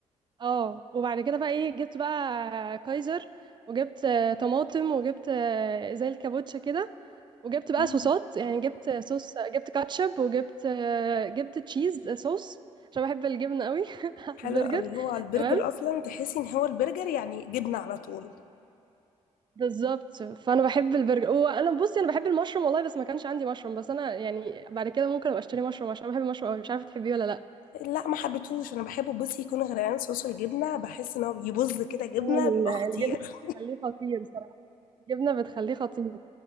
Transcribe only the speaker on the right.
اه وبعد كده بقى ايه جبت بقى كايزر وجبت آه، طماطم وجبت آه، زي الكابوتشا كده وجبت بقى
صوصات يعني جبت صوص جبت كاتشب وجبت آه، جبت تشيز صوص عشان بحب الجبنه قوي <laughs> على
البرجر
تمام
بالظبط فانا بحب البرجر وانا بصي انا بحب المشروم والله بس ما كانش عندي مشروم بس انا يعني بعد كده ممكن ابقى اشتري مشروم عشان بحب المشروم أوي. مش عارفه تحبيه ولا لا
هو ال-
الجبنة بتخليه خطير بصراحة الجبنه بتخليه خطير